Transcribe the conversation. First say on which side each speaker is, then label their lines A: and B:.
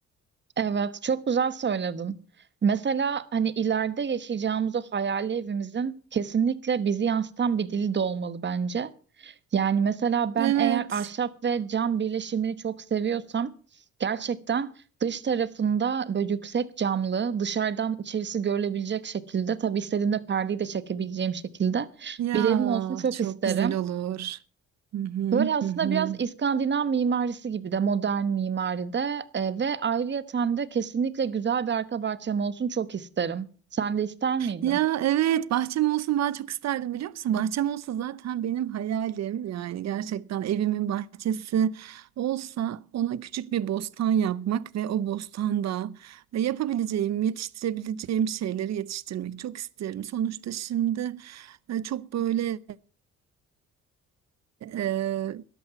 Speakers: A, on the right; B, on the right.
A: Evet, çok güzel söyledin. Mesela hani ileride yaşayacağımız o hayali evimizin kesinlikle bizi yansıtan bir dili de olmalı bence. Yani mesela ben
B: Evet
A: eğer ahşap ve cam birleşimini çok seviyorsam gerçekten dış tarafında böyle yüksek camlı, dışarıdan içerisi görülebilecek şekilde, tabii istediğimde perdeyi de çekebileceğim şekilde
B: ya
A: bir evim olsun çok
B: çok
A: isterim.
B: güzel olur. Hı hı
A: Böyle aslında
B: hı hı.
A: biraz İskandinav mimarisi gibi de modern mimaride e, ve ayrıyeten de kesinlikle güzel bir arka bahçem olsun çok isterim. Sen de ister miydin?
B: Ya evet bahçem olsun ben çok isterdim biliyor musun? Bahçem olsa zaten benim hayalim yani gerçekten evimin bahçesi olsa ona küçük bir bostan yapmak ve o bostanda e, yapabileceğim, yetiştirebileceğim şeyleri yetiştirmek çok isterim. Sonuçta şimdi e, çok böyle Eee,